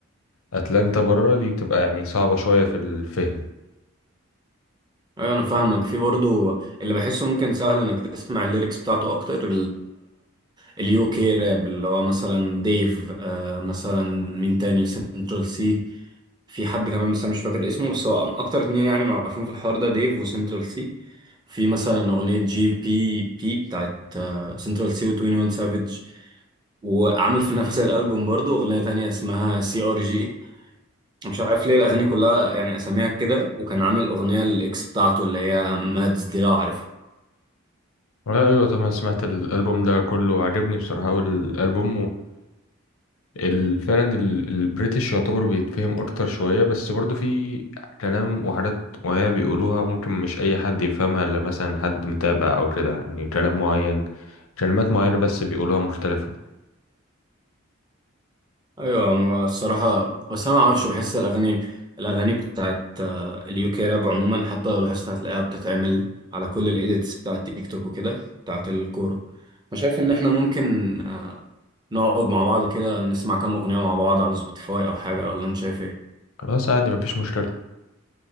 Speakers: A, on the left (about 80°); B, on the right (about 20°).
A: اتلانتا بره دي بتبقى يعني صعبة شوية في الفهم
B: ايوه انا فاهمك في برضو اللي بحسه ممكن سهل انك تسمع الليركس بتاعته اكتر اليو كي راب اللي هو مثلا ديف آه مثلا مين تاني سنترال سي في حد كمان بس انا مش فاكر اسمه بس هو اكتر اتنين يعني معروفين في الحوار ده ديف وسنترال سي في مثلا اغنية جي بي بي بتاعت سنترال سي و 21 سافيج وعامل في نفس الالبوم برضو اغنية تانية اسمها سي ار جي مش عارف ليه الاغاني كلها يعني اساميها كده وكان عامل اغنيه للاكس بتاعته اللي هي مادز دي لو عارفها
A: آه، ايوه طبعا سمعت الالبوم ده كله عجبني بصراحة اول الالبوم ال- فعلا ال- البريتش يعتبر بيتفهم اكتر شوية بس برضو في كلام وحاجات معينة بيقولوها ممكن مش اي حد يفهمها الا مثلا حد متابع او كده يعني كلام معين كلمات معينة بس بيقولوها مختلفة
B: ايوه هو الصراحه بس انا ما اعرفش بحس الاغاني الاغاني بتاعت اليو كي راب عموما حتى لو لاحظت هتلاقيها بتتعمل على كل الايديتس بتاعت تيك توك وكده بتاعت الكوره فشايف ان احنا ممكن آه، نقعد مع بعض كده نسمع كام اغنيه مع بعض على سبوتيفاي او حاجه ولا انت شايف ايه
A: خلاص عادي مفيش مشكلة